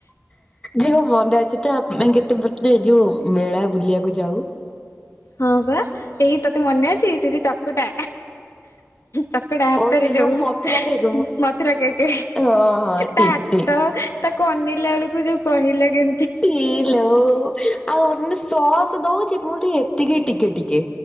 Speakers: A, on the left; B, on the left.
A: ଯୋଉ ମନେ ଅଛି ତ ଆମେ କେତେ ଯୋଉ ମେଳା ବୁଲିଆକୁ ଯାଉ
B: ହଁ ବା ଏଇ ତତେ ମନେ ଅଛି ସେ ଯୋଉ ଚକୁଟା ଚକଡା ହାତରେ
A: ଓ ସେଇ
B: ଯୋଉ
A: ମଥୁରା କେକ୍
B: ମଥୁରା କେକ୍
A: ହଁ ହଁ ଠିକ
B: ତା
A: ଠିକ।
B: ତ ତାକୁ ଅନେଇଲା ବେଳୁକୁ ଯୋଉ କହିଲା କେ
A: ଇଲୋ ଆଉ ଅନୋ ସସ୍ ଦୋଉଚି ପୁଣି ଏତିକି ଟିକେ ଟିକେ